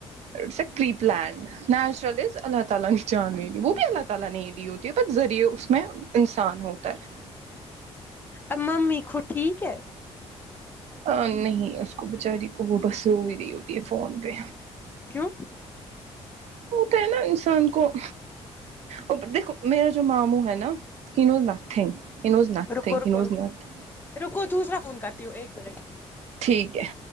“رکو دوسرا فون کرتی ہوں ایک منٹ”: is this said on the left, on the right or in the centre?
Left